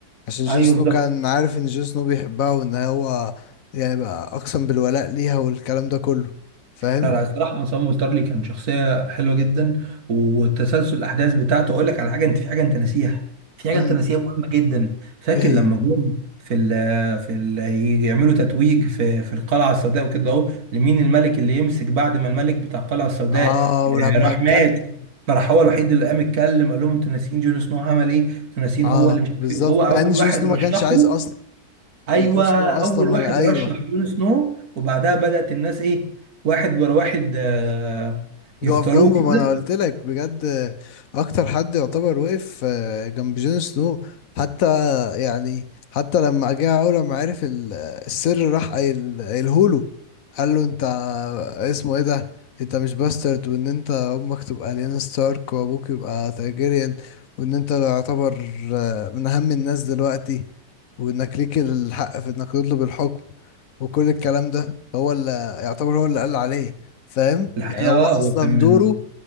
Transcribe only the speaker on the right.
ايوه
بالظبط
لا لا الصراحة عصام مولترلي كان شخصية حلوة جدا وتسلسل الأحداث بتاعته أقول لك على حاجة أنت في حاجة أنت ناسيها في حاجة
أنت ناسيها مهمة جدا فاكر
لما جم في ال في ال يعملوا تتويج في في القلعة السوداء وكده أهو لمين الملك اللي يمسك بعد ما الملك بتاع القلعة السوداء
آه، راح
مات فراح هو الوحيد اللي قام اتكلم قال لهم أنتوا ناسيين جون سنو عمل إيه؟ أنتوا ناسيين
هو اللي مش
عارف إيه وهو أول
واحد
رشحه
ايوه
اول
واحد
رشح جون سنو وبعدها بدأت الناس ايه واحد ورا واحد آه،
يختاروه
كده
الحقيقه
اه
هو كان من